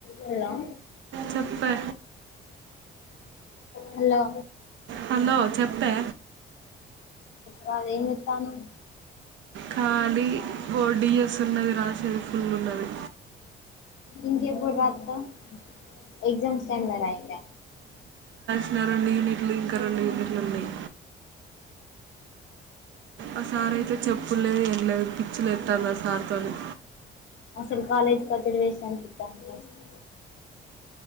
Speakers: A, on the left; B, on the right.
A: హలో
B: చెప్పే
A: హలో
B: హలో చెప్పే
A: కాదు ఎంచేత్తానవ్
B: ఖాళీ ఓ డిఎస్ ఉన్నది రాసేది ఫుల్ ఉన్నది
A: ఇంకేప్పుడు రాత్తవ్ ఎగ్జామ్స్ టైమ్ లో రాయి ఇగ
B: నా రెండు యూనిట్లు ఇంకా రెండు యూనిట్లు ఉన్నయ్. ఆ సార్ అయితే చెప్పుడులేదు ఏం లేదు పిచ్చి లేత్తాంది ఆ సార్తోని.
A: అసలు కాలేజ్ కి వచ్చుడు వేస్ట్ అనిపితంది ఫస్ట్